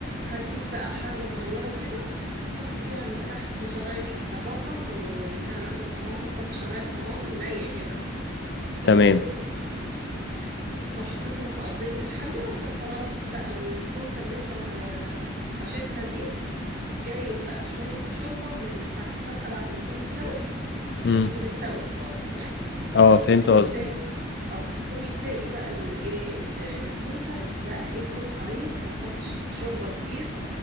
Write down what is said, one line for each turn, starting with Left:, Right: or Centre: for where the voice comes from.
Right: هتجيب بقى حلة صغيرة كده حط فيها من تحت شرايح بصل وإن كان عندك طماطم حط شرايح طماطم نية كده
Left: تمام
Right: كويس تروح حاططهم في أرضية الحلة وتروح راصص بقى الكوسة اللي أنت حشيتها دي وجايب بقى شوية شوربة من ال- بتاعة الفرخة بعد ما تكون استوت
Left: مم.
Right: بس تكون استوت خالص يعني
Left: اه فهمت
Right: وتروح
Left: قصدك
Right: ساقي اه وتروح ساقي بقى الايه الكوسة بس بقى ايه تكون حريص ما تحطش شوربة كتير